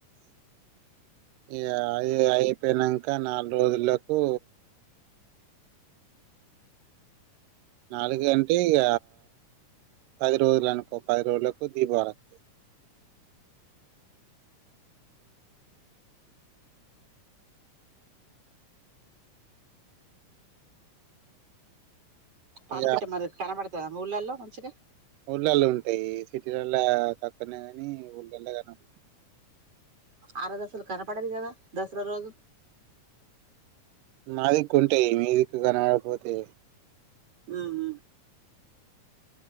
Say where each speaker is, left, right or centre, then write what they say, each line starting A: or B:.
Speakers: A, on the right; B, on the right.
A: ఇ అ అయిపోయినాక నాలుగు రోజులకు నాలుగు అంటే ఇక పది రోజులు అనుకో పది రోజులకు దీపావళిస్తు
B: పాలపిట్ట
A: ఇ
B: మరి కనబడతదా మీ ఊళ్ళల్లో మంచిగా
A: ఊళ్ళళ ఉంటాయి కేరళ పక్కనే ఒళ్ళ క
B: అరా దసరాలు కన పడేగ జద దసరా రోజు
A: మాదిిక్కు ఉంటాయి మీ్యూదిిక్ కనవాలకపోతే
B: హ్మ్